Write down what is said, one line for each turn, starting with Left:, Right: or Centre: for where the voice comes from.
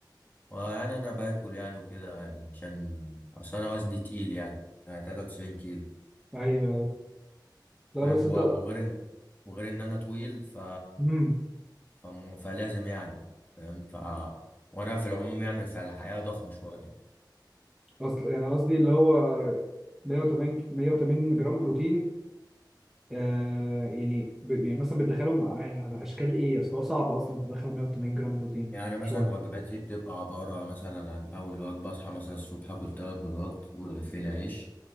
Left: وأنا أنا باكل يعني وكده يعني عشان أصل أنا وزني تقيل يعني يعني تلاتة وتسعين كيلو
Centre: ايوه أيوة. لا
Left: فاهم
Centre: بس انت
Left: و- وغير إن وغير إن أنا طويل ف...
Centre: مم.
Left: فم- فلازم يعني فاهم ف... وأنا في العموم يعني في الحياة ضخم شوية
Centre: اصل يعني قصدي اللي هو 180 180 جرام بروتين آه يعني ب... يعني مثلا بتدخلهم على على اشكال ايه اصل هو صعب اصلا تدخل 180 جرام بروتين
Left: يعني مثلا
Centre: شويه
Left: وجباتي بتبقى عبارة مثلا عن أول وجبة أصحى مثلا الصبح آكل تلات بيضات ورغيفين عيش